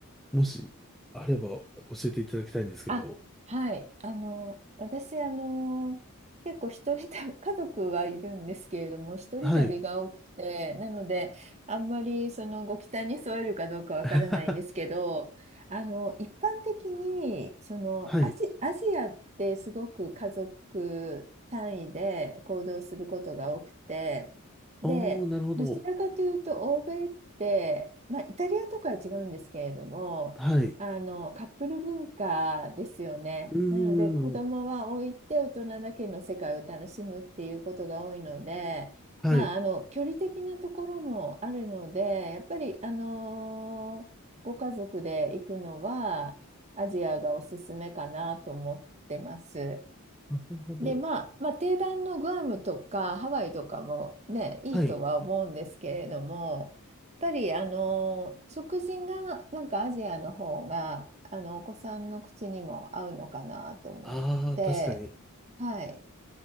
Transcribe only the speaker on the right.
あ、はい。あの、私、あの、結構一人旅、<laughs> 家族はいるんですけれども、一人旅が多くて、
なので、あんまりそのご期待に添えるかどうかわからないんですけど、
あの、一般的に、その、
アジ、アジアってすごく家族単位で行動することが多くて、で、
どちらかというと、欧米って、まあ、イタリアとかは違うんですけれども、
あのカップル文化ですよね。
なので子供は置いて大人だけの世界を楽しむっていうことが多いので、
まあ、あの距離的なところもあるのでやっぱり、あのーご家族で行くのはアジアがおすすめかなと思ってます。
で、まあ、まあ、定番のグアムとかハワイとかもね、いいとは思うんですけれども、
やっぱり、あの、食事がなんかアジアの方が、あの、お子さんの口にも合うのかなと思って、
はい。